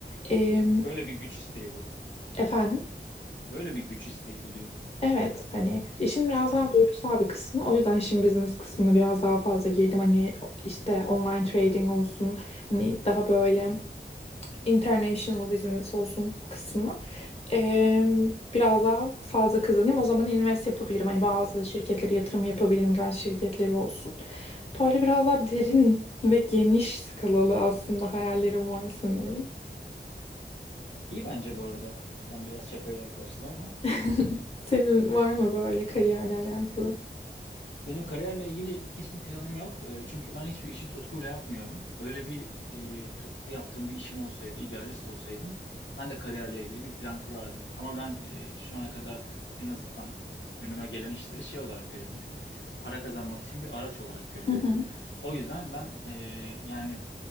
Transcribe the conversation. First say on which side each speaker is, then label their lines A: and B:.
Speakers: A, on the left; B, on the left.
A: Ee,
B: Böyle bir güç isteği bu.
A: efendim?
B: Böyle bir güç isteği bu diyorum.
A: Evet hani işin biraz
B: Anladım.
A: daha duygusal bir kısmı. O yüzden işin business kısmına biraz daha fazla girdim. Hani işte online trading olsun. Hani daha böyle international business olsun kısmına eee, biraz daha fazla kazanayım. O zaman invest yapabilirim. Hani bazı şirketlere yatırım yapabilirim. ilaç şirketleri olsun. Böyle biraz daha derin ve geniş skalalı aslında hayallerim var sanırım.
B: İyi bence bu arada. Ben biraz şakaya yaklaştım ama
A: <laughs> Senin var mı böyle kariyerle alakalı?
B: Benim kariyerle ilgili hiçbir planım yok. E, Çünkü ben hiçbir işi tutkuyla yapmıyorum. Öyle bir e, tutkulu yaptığım bir işim olsaydı, idealist olsaydım ben de kariyerle ilgili bir plan kurardım. Ama ben e, şu ana kadar en azından önüme gelen işleri şey olarak görebildim hep. Para kazanmak için bir araç olarak görebildim.
A: Hı hı.
B: O yüzden ben e, yani